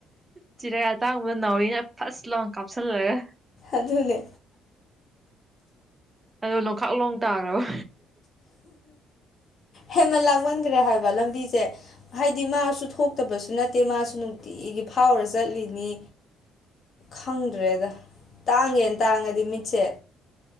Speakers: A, on the right; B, on the left.
A: ꯆꯤꯔꯩ ꯑꯇꯥꯡꯕꯗ ꯅꯥꯎꯔꯤꯅ ꯐꯥꯔꯁ ꯂꯥꯎꯟ ꯀꯥꯞꯁꯤꯜꯂꯒ꯫
B: ꯑꯗꯨꯅꯦ꯫
A: ꯑꯣ ꯂꯣꯡꯈꯥꯛ ꯂꯣꯡ ꯇꯥꯈ꯭ꯔꯕ꯫
B: ꯍꯦꯃꯥꯟ ꯂꯥꯡꯃꯟꯈ꯭ꯔꯦ ꯍꯥꯏꯕ ꯂꯝꯕꯤꯁꯦ꯫ ꯍꯥꯏꯗꯤ ꯃꯥꯁꯨ ꯊꯣꯛꯇꯕꯁꯨ ꯅꯠꯇꯦ ꯃꯥꯁꯨ ꯅꯨꯡꯇꯤꯒꯤ ꯐꯥꯎꯔ ꯆꯠꯂꯤꯅꯤ꯫ ꯈꯪꯗ꯭ꯔꯦꯗ ꯇꯥꯡꯉꯦꯅ ꯇꯥꯡꯉꯗꯤ ꯃꯤꯠꯁꯦ꯫